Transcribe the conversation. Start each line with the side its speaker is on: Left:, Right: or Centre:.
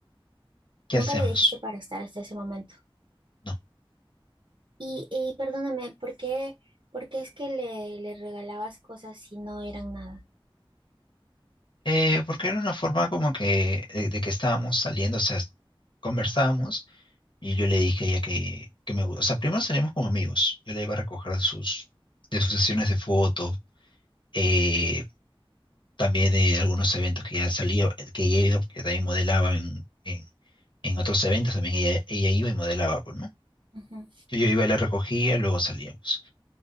Left: qué
Right: Nunca
Left: hacemos?
Right: le dijiste para estar hasta ese momento.
Left: No.
Right: Y, y perdóname, ¿por qué, por qué es que le, le regalabas cosas si no eran nada?
Left: Eh, porque era una forma como que, eh, de que estábamos saliendo, o sea, conversábamos Y yo le dije a ella que, que me gusta. O sea, primero salimos como amigos. Yo la iba a recoger de sus, de sus sesiones de fotos, eh, también de algunos eventos que ella salía, que ella iba, porque también modelaba en, en, en otros eventos, también ella, ella iba y modelaba, pues, ¿no?
Right: Ujú.
Left: Yo, yo iba y la recogía, luego salíamos.